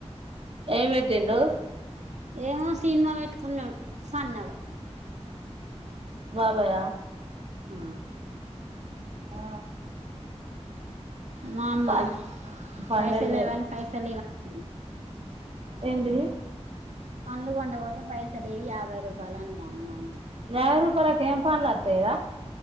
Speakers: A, on the right (about 55°); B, on the right (about 85°).
A: ఏమి పెట్టిండు,
B: ఏమో సినిమా పెట్టుకున్నాడు పాన్నాడు,
A: బాబాయ్ ఆ
B: హు
A: ఆ
B: మా అమ్మ
A: పన్ పన్నెడు
B: పైసలు లేవని పైసలు ఇవన్న ఆ
A: ఎంది
B: పండ్లు కొండపోతే పైసలు ఈ యాభై రూపాయలు అంటాది మమ్మీ,
A: యాభై రూపాయలకు ఏం పండ్లు వాతయి రా,